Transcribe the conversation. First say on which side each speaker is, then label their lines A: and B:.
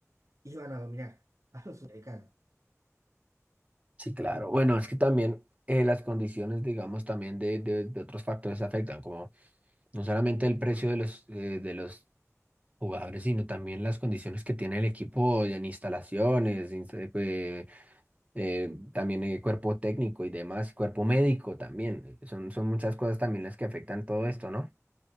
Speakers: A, on the right; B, on the right.
A: iban a dominar <laughs> a los sudamericanos.
B: Sí, claro. Bueno, es que también eh, las condiciones, digamos, también de, de- de otros factores afectan, como no solamente el precio de los, eh, de los jugadores, sino también las condiciones que tiene el equipo en instalaciones, insta- eh, eh, también el cuerpo técnico y demás, cuerpo médico también. Son, son muchas cosas también las que afectan todo esto, ¿no?